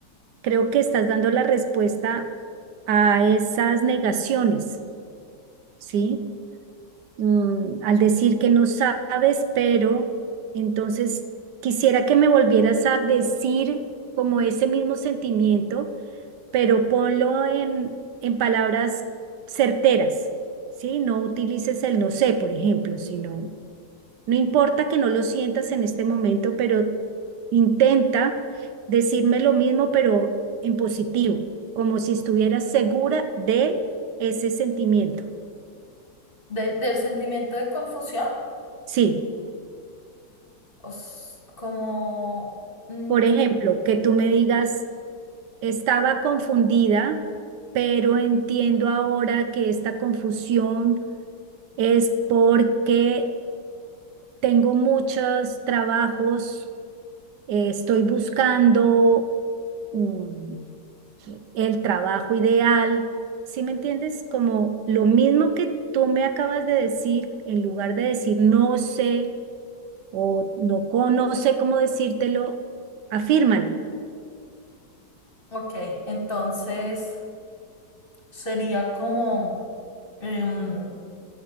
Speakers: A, on the right (about 75°); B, on the left (about 30°).
A: creo que estás dando la respuesta a esas negaciones, ¿sí? Mm, al decir que no sabes, pero entonces quisiera que me volvieras a decir como ese mismo sentimiento, pero ponlo en, en palabras certeras, ¿sí? No utilices el no sé, por ejemplo, sino no importa que no lo sientas en este momento, pero intenta decirme lo mismo, pero en positivo, como si estuvieras segura de ese sentimiento.
B: Del, del sentimiento de confusión,
A: Sí,
B: os- como, mm,
A: por ejemplo, que tú me digas, estaba confundida, pero entiendo ahora que esta confusión es porque tengo muchos trabajos, eh, estoy buscando... mm, el trabajo ideal. ¿Sí me entiendes? Como lo mismo que tú me acabas de decir, en lugar de decir no sé o no, co- no sé cómo decírtelo, afírmalo.
B: ok, entonces sería como Em,